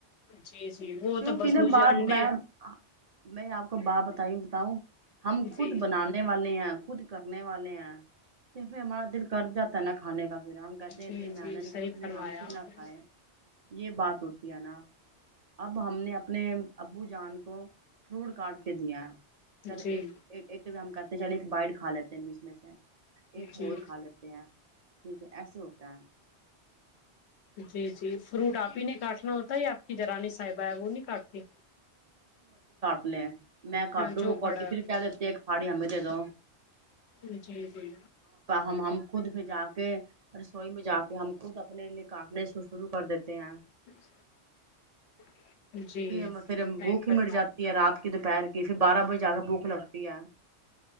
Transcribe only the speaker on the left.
جی جی وہ
تو بس
مجھے
انڈے
جی
جی
جی صحیح فرمایا
آپ
نے
جی
جی
جی جی فروٹ آپ ہی نے کاٹنا ہوتا ہے یا آپ کی جرانی سے صابہ ہے وہ نہیں کاٹتی
سانچو
کھڑا
جی جی
<unintelligible>
صحیح
فرما